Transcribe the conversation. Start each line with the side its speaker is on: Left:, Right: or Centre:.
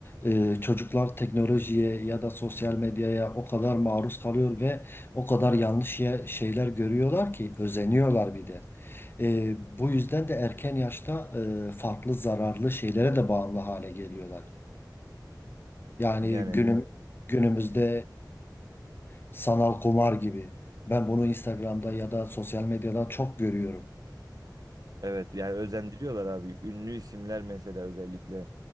Left: E, çocuklar teknolojiye ya da sosyal medyaya o kadar maruz kalıyor ve o kadar yanlış ye- şeyler görüyorlar ki özeniyorlar bir de. E, bu yüzden de erken yaşta e, farklı zararlı şeylere de bağımlı hale geliyorlar. Yani
Right: Yani
Left: Evet. günüm günümüzde e, sanal kumar gibi. Ben bunu Instagram'da ya da sosyal medyadan çok görüyorum.
Right: Evet yani özendiriyorlar abi. Ünlü isimler mesela özellikle